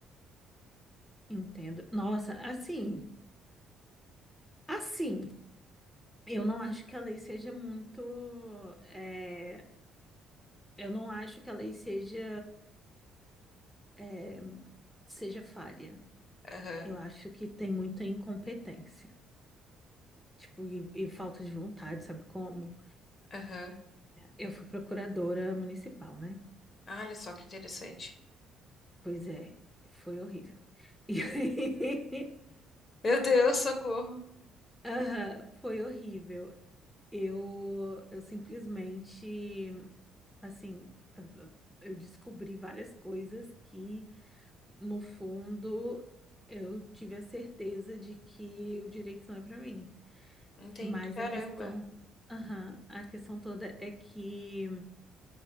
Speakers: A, in the centre; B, on the left.
A: Entendo. Nossa, assim, assim, eu não acho que a lei seja muito. é, eu não acho que a lei seja. eh, seja falha.
B: Aham,
A: Eu acho que tem muita incompetência, tipo, e, e falta de vontade, sabe como?
B: aham.
A: Eu fui procuradora municipal, né?
B: Ah, Olha só que interessante.
A: Pois é, foi horrível. <laughs> E aí,
B: Meu Deus, socorro.
A: aham, foi horrível. Eu, eu simplesmente, assim, eu descobri várias coisas que, no fundo, eu tive a certeza de que o direito não é para mim.
B: Entendi,
A: Mas
B: caramba.
A: a questão, aham, a questão toda é que